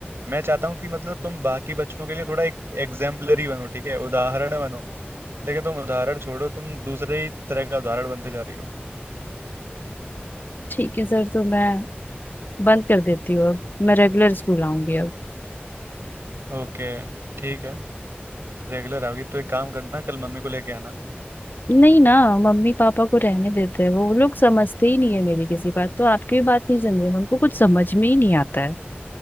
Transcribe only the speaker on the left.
ठीक है सर तो मैं बंद कर देती हूँ अब मैं रेगुलर स्कूल आऊंगी अब
नहीं ना मम्मी पापा को रहने देते हैं वो लोग समझते ही नहीं है मेरी किसी बात तो आपकी भी बात नहीं समझे उनको कुछ समझ में ही नहीं आता है